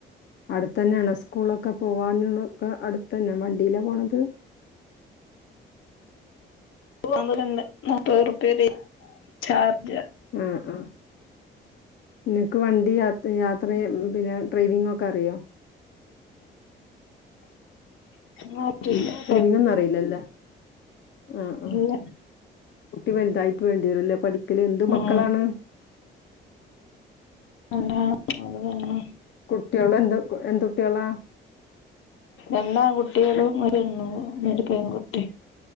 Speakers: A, on the left; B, on the left.
A: അടുത്തെന്നേണോ സ്കൂളൊക്കെ പോവാനുള്ളൊക്കെ അടുത്തന്നെ വണ്ടിയിലാപോണത്?
B: പോവല്ണ്ട് <unintelligible> ഷാർജ
A: ആ ആ നിനക്ക് വണ്ടി യാത്രയും പിന്നെ ഡ്രൈവിങ്ങ് ഒക്കെ അറിയൊ?
B: <unintelligible>
A: ഡ്രൈവിങ്ങ് ഒന്നും അറീലല്ല? ആ ആ
B: ഇല്ല
A: കുട്ടി വലുതായിട്ട് വേണ്ട്യേരുല്ലേ പഠിക്കല്. എന്തു മക്കളാണ്?
B: ഉം രണ്ടാണ്. അത് പിന്നെ
A: കുട്ട്യേള് എന്ത് എന്ത് കുട്ട്യേളാ?
B: രണ്ടാങ്കുട്ട്യേളും ഒരു പെണു ഒരു പെൺകുട്ടി.